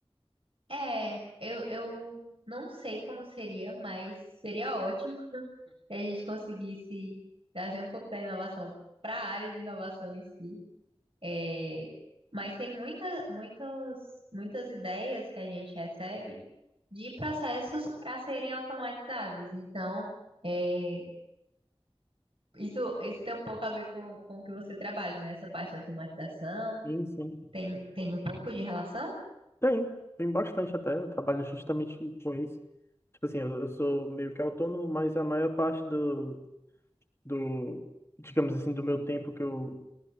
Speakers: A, on the right; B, on the left.
A: É, eu, eu não sei como seria, mas seria ótimo <laughs> se a gente conseguisse trazer um pouco da inovação para a área de inovação em si. É, mas tem muita, muitos, muitas ideias que a gente recebe de processos para serem automatizados. Então, é, isso, isso tem um pouco a ver com, com o que você trabalha, né? Essa parte de automatização
B: Sim, sim.
A: tem, tem um pouco de relação?
B: Tem, tem bastante até. Eu trabalho justamente com isso. Tipo assim, eu, eu sou meio que autônomo, mas a maior parte do, do, digamos assim, do meu tempo que eu